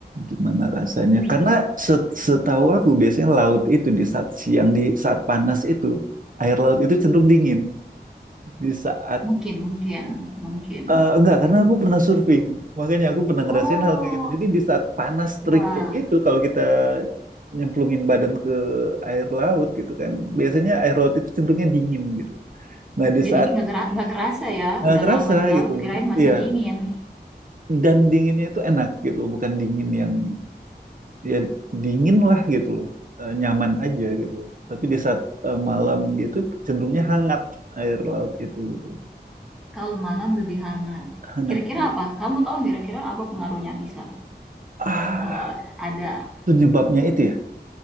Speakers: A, on the right (about 50°); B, in the centre.
A: gimana rasanya.
B: Iya.
A: Karena set- setahu aku biasanya laut itu di saat siang, di saat panas itu, air laut itu cenderung dingin. Di saat,
B: Mungkin mungkin mungkin.
A: eh, enggak, karena aku pernah surfing. Makanya aku pernah ngerasain
B: Oh,
A: hal kayak gitu. Jadi di saat panas
B: wah.
A: terik kayak gitu, kalau kita nyemplungin badan ke air laut gitu kan, biasanya air laut itu cenderungnya dingin gitu. Nah di
B: Jadi
A: saat
B: nggak kera- nggak kerasa ya,
A: nggak
B: udah
A: kerasa
B: lama di laut,
A: gitu,
B: kirain masih
A: iya.
B: dingin.
A: Dan dinginnya itu enak gitu, bukan dingin yang ya dingin lah gitu loh Eh, nyaman aja gitu loh. Tapi di saat eh, malam gitu cenderungnya hangat air laut itu gitu
B: Kalau malam lebih hangat.
A: hangat
B: Kira-kira
A: dia
B: apa? Kamu tahu kira-kira apa pengaruhnya bisa?
A: ah
B: Eh, ada
A: penyebabnya itu ya